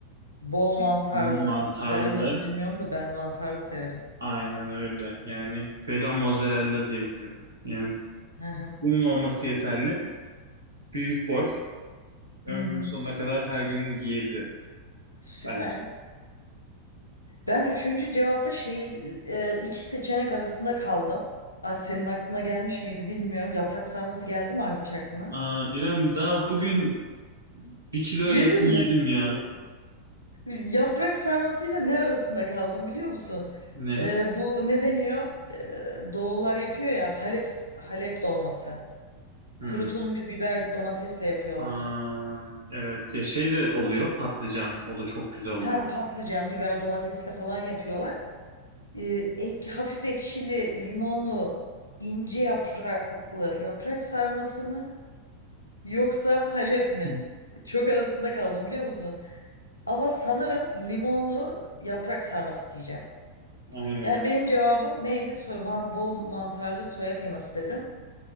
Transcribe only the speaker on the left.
Bol
mantarlı.
Sever misin bilmiyorum da ben mantarlı severim.
Hı hı.
Hı hı.
Süper.
Ben üçüncü cevapta şey e, iki seçenek arasında kaldım. Ay, senin aklına gelmiş miydi bilmiyorum. Yaprak sarması geldi mi hiç aklına?
Yedin
mi?
Yaprak sarmasıyla ne arasında kaldım biliyor musun?
Ee, bu ne deniyor? Ee, Doğullar yapıyor ya Halep Halep dolması.
Kurutulmuş biber domatesle yapıyorlar.
Ha patlıcan, biber domatesle falan yapıyorlar. Ee, ek, hafif ekşili, limonlu, ince yapraklı yaprak sarması mı yoksa Halep mi?
Çok arasında kaldım biliyor musun? Ama sanırım limonlu yaprak sarması diyeceğim.
Yani benim cevabım neydi? Soy, man- bol mantarlı soya kıyması dedim.